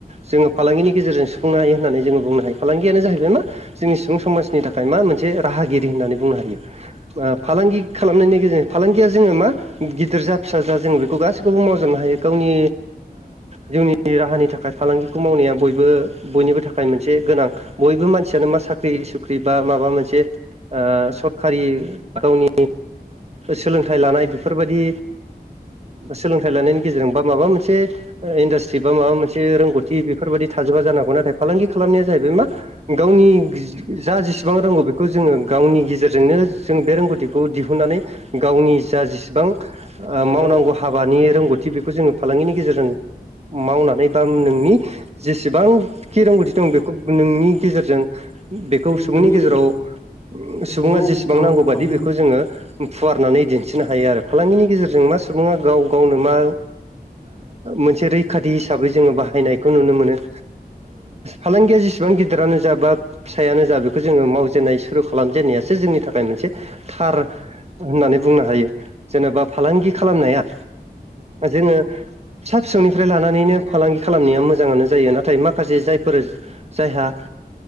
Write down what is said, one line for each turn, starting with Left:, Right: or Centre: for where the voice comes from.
Right: जोङो फालांगिनि गेजेरजों सुफुंनो हायो होननानै जोङो बुंनो हायो फालांगियानो जाहैबाय मा जोंनि सुबुं समाजनि थाखाय मा मोनसे राहागिरि होननानै बुंनो हायो फालांगि खालामनायनि गेजेरजों फालांगिया जोङो मा गिदिर जा फिसा जा जोंङो बेखौ गासैखौबो मावजोबनो हायो गावनि जोंनि राहानि थाखाय फालांगिखौ मावनाया बयबो बयनिबो थाखाय मोनसे गोनां बयबो मानसियानो मा साख साख्रि सुख्रि बा माबा मोनसे सरखारि गावनि सोलोंथाइ लानाय बेफोरबायदि सोलोंथाइ लानायनि गेजेरजों बा माबा मोनसे इन्डास्ट्रि बा माबा मोनसे रोंगौथि बेफोरबायदि थाजोबा जानांगौ नाथाय फालांगि खालामनाया जाहैबाय मा गावनि जा जेसेबां रांगौ बे खौ जोङो गावनि गेजेर जोंनो जों बे रोंगौथिखौ दिहुननानै गावनि जा जेसेबां मावनांगौ
Left: मावनानै दा
Right: हाबा हाबानि रोंगौथि बेखौ जोङो फालांगिनि गेजेरजों मावनानै बा नोंनि जेसेबांखि रोंगौथि दं बेखौ नोंनि गेजेरजों बेखौ सुबुंनि
Left: गोबां
Right: गेजेराव
Left: एसेबां
Right: सुबुङा जेसेबां
Left: बेसेबां
Right: नांगौ बादि
Left: नांगौबादि
Right: बेखौ जोङो फुवारनानै दिन्थिनो हायो आरो फालांगिनि गेजेरजों मा सुबुङा गाव गावनो मा मोनसे रैखाथि हिसाबै जोङो बाहायनायखौ नुनो मोनो फालांगिया जेसेबां गिदिरानो जाबा फिसायानो जा बेखौ जोङो मावजेननाय सुरु खालामजेननायासो जोंनि थाखाय मोनसे थार होननानै बुंनो हायो जेनेबा फालांगि खालामनाया जोङो फिसा फिसौनिफ्राय लानानैनो फालांगि खालामनाया मोजाङानो जायो नाथाय नाथाय माखासे जायफोर जायहा